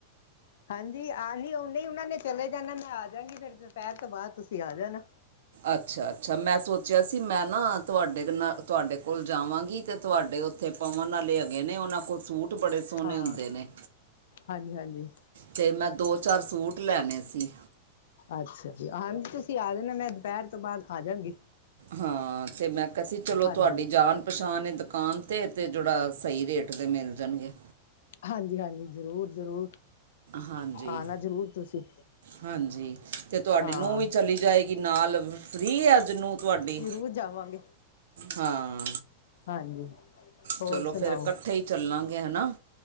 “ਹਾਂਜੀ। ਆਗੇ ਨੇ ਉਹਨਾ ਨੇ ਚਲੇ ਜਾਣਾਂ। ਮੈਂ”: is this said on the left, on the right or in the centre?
Left